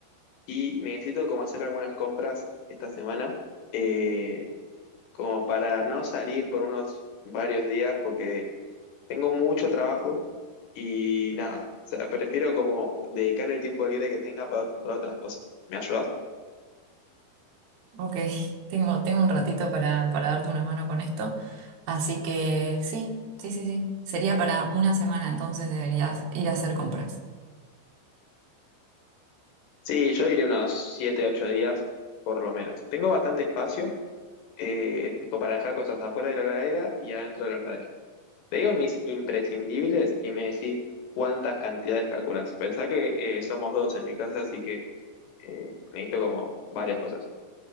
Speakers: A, on the left (about 70°); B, on the right (about 65°).
A: y necesito como hacer algunas compras esta semana, eh, como para no salir por unos varios días, porque tengo mucho trabajo y nada, o sea, prefiero como dedicar el tiempo libre que tenga para, para otras cosas. ¿Me ayudas?
B: Ok, <laughs> tengo, tengo un ratito para, para darte una mano con esto. Así que sí, sí, sí, sí. Sería para una semana entonces deberías ir a hacer compras.
A: Sí, yo diría unos 7, 8 días, por lo menos. Tengo bastante espacio, eh, tipo para dejar cosas afuera de la heladera y adentro de la heladera. Te digo mis imprescindibles y me decís cuántas cantidades calculás. Pensá que eh, somos dos en mi casa, así que eh, necesito como varias cosas.